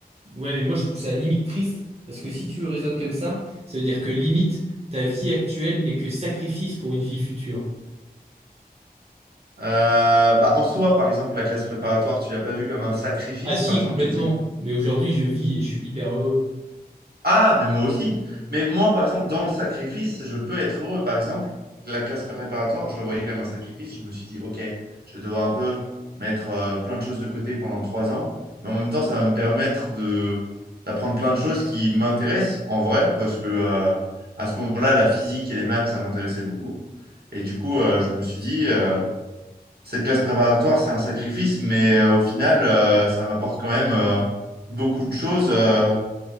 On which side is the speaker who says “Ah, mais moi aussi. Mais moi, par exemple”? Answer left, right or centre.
Right